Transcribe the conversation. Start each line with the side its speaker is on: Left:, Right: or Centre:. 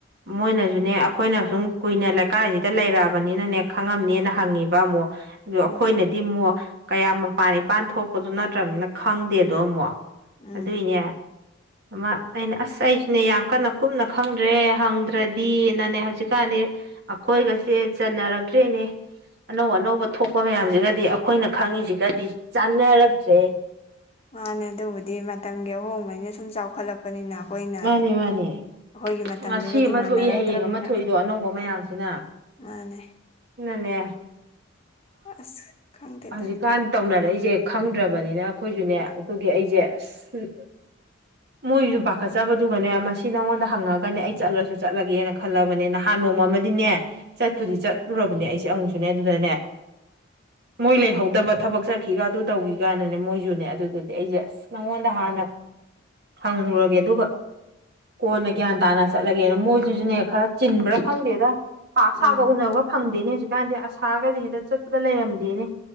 Right: ꯃꯣꯏꯅꯁꯨꯅꯦ ꯑꯩꯈꯣꯏꯅ ꯁꯨꯝ ꯀꯨꯏꯅ ꯂꯩꯀꯥꯏꯁꯤꯗ ꯂꯩꯔꯛꯑꯕꯅꯤꯅꯅꯦ ꯈꯪꯉꯝꯅꯦꯅ ꯍꯪꯉꯤꯕ ꯑꯃꯨꯛ ꯑꯗꯨ ꯑꯩꯈꯣꯏꯅꯗꯤ
Left: ꯎꯝ
Right: ꯑꯃꯨꯛ ꯀꯌꯥꯝ ꯃꯄꯥꯟ ꯏꯄꯥꯟ ꯊꯣꯛꯄꯗꯣ ꯅꯠꯇ꯭ꯔꯅꯤꯅ ꯈꯪꯗꯦꯗꯣ ꯑꯃꯨꯛ
Left: ꯎꯝ
Right: ꯑꯗꯨꯏꯅꯦ ꯑꯃ ꯑꯩꯅ ꯑꯁ ꯑꯩꯁꯨ ꯁꯤꯅꯦ ꯌꯥꯝ ꯀꯟꯅ ꯀꯨꯞꯅ ꯈꯪꯗ꯭ꯔꯦ ꯍꯪꯗ꯭ꯔꯗꯤꯅꯅꯦ ꯍꯧꯖꯤꯛꯀꯥꯟꯗꯤ ꯑꯩꯈꯣꯏꯒꯁꯦ ꯀꯟꯅꯔꯛꯇ꯭ꯔꯦꯅꯦ ꯑꯅꯧ ꯑꯅꯧꯕ ꯊꯣꯛꯄ ꯃꯌꯥꯝꯁꯤꯒꯗꯤ ꯑꯩꯈꯣꯏꯅ ꯈꯪꯉꯤꯁꯤꯒꯗꯤ ꯆꯥꯟꯅꯔꯛꯇ꯭ꯔꯦ
Left: ꯃꯥꯅꯦ ꯑꯗꯨꯕꯨꯗꯤ ꯃꯇꯝꯒꯤ ꯑꯍꯣꯡꯕꯅꯤꯅ ꯁꯨꯝ ꯆꯥꯎꯈꯠꯂꯛꯄꯅꯤꯅ ꯑꯩꯈꯣꯏꯅ
Right: ꯃꯥꯅꯦ ꯃꯥꯅꯦ
Left: ꯑꯩꯈꯣꯏꯒꯤ ꯃꯇꯝꯗꯨꯒꯗꯤ
Right: ꯉꯁꯤ ꯑꯃ
Left: ꯃꯥꯟꯅꯔꯛꯇ꯭ꯔꯃꯤꯅ
Right: ꯊꯣꯛꯏ ꯍꯌꯦꯡ ꯑꯃ ꯊꯣꯛꯏꯗꯣ ꯑꯅꯧꯕ ꯃꯌꯥꯝꯁꯤꯅ
Left: ꯃꯥꯅꯦ
Right: ꯅꯅꯦ
Left: ꯑꯁ ꯈꯪꯗꯦꯗ
Right: ꯍꯧꯖꯤꯛꯀꯥꯟ ꯇꯧꯅꯔꯛꯏꯁꯤ ꯁꯦ ꯈꯪꯗ꯭ꯔꯕꯅꯤꯅ ꯑꯩꯈꯣꯏꯁꯨꯅꯦ ꯑꯗꯨꯒꯤ ꯑꯩꯁꯦ ꯑꯁ ꯃꯣꯏꯁꯨ ꯄꯥꯈꯠꯆꯕꯗꯨꯒꯅꯦ ꯃꯁꯤ ꯅꯉꯣꯟꯗ ꯍꯪꯉꯒꯅꯦ ꯑꯩ ꯆꯠꯂꯁꯨ ꯆꯠꯂꯒꯦꯅ ꯈꯜꯂꯕꯅꯦ ꯅꯍꯥꯟ ꯅꯣꯡꯃ ꯑꯃꯗꯤꯅꯦ ꯆꯠꯄꯨꯗꯤ
Left: ꯎꯝ
Right: ꯆꯠꯂꯨꯔꯕꯅꯦ ꯑꯩꯁꯦ ꯑꯃꯨꯛꯁꯨꯅꯦ ꯑꯗꯨꯗꯅꯦ ꯃꯣꯏ ꯂꯩꯍꯧꯗꯕ ꯊꯕꯛ ꯆꯠꯈꯤꯒ ꯑꯗꯨ ꯇꯧꯈꯤꯒꯅꯅꯦ ꯃꯣꯏꯁꯨꯅꯦ ꯑꯗꯨꯗꯗꯤ ꯑꯩꯁꯦ ꯅꯪꯉꯣꯟꯗ ꯍꯥꯟꯅ ꯍꯪꯂꯉꯨꯔꯒꯦ ꯑꯗꯨꯒ ꯀꯣꯟꯅ ꯒ꯭ꯌꯥꯟ ꯇꯥꯅ ꯆꯠꯂꯒꯦꯅ ꯃꯣꯏꯗꯨꯁꯨꯅꯦ ꯈꯔ ꯆꯤꯟꯕ꯭ꯔꯥ ꯈꯪꯗꯦꯗ ꯄꯥꯛ
Left: ꯎꯝ
Right: ꯁꯥꯒ ꯎꯅꯕ ꯐꯪꯗꯦꯅꯦ ꯍꯧꯖꯤꯛꯀꯥꯟꯁꯦ ꯑꯁꯥꯒꯁꯦ ꯍꯦꯛꯇ ꯆꯠꯄꯗ ꯂꯩꯔꯝꯗꯦꯅꯦ